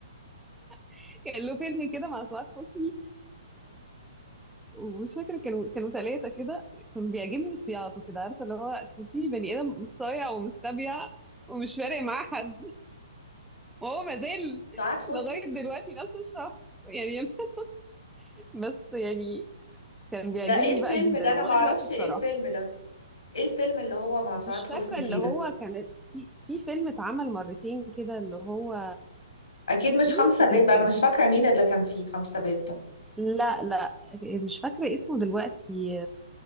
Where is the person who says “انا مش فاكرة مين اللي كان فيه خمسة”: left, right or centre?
Left